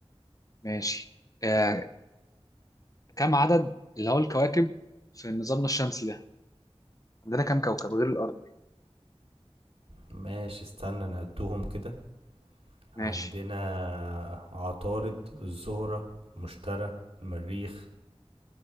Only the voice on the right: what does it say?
ماشي استنى نعدهم كده
عندنا عطارد الزهرة المشتري المريخ